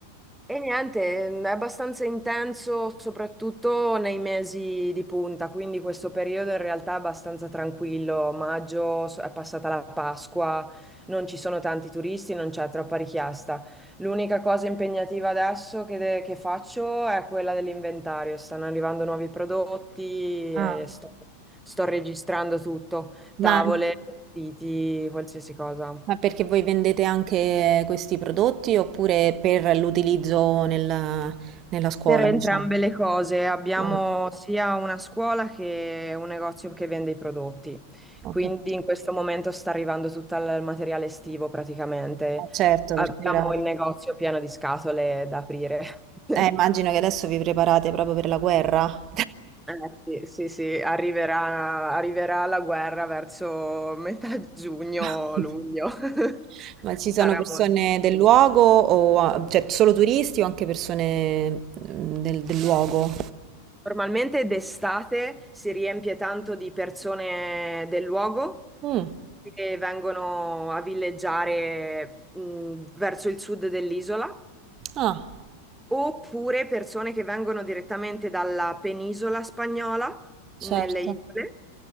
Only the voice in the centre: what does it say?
E, niente, è abbastanza intenso, soprattutto nei mesi di punta, quindi questo periodo in realtà è abbastanza tranquillo. Maggio so- è passata la Pasqua, non ci sono tanti turisti, non c'è troppa richiesta. L'unica cosa impegnativa adesso che, de- che faccio è quella dell'inventario. Stanno arrivando nuovi prodotti
e sto sto registrando tutto,
tavole, vestiti, qualsiasi cosa.
Per entrambe
le cose, abbiamo
sia una scuola che un negozio che vende i prodotti,
quindi
in questo momento sta arrivando tutto il materiale estivo praticamente.
Abbiamo
il negozio pieno di scatole da aprire. <laughs>
Eh, sì, sì, sì, arriverà, arriverà la guerra verso metà giugno,
luglio. <laughs>
Sarà
molto.
Normalmente d'estate si riempie tanto di persone del luogo
che vengono a villeggiare mh, verso il sud dell'isola
oppure persone che vengono direttamente dalla penisola spagnola, nelle
isole,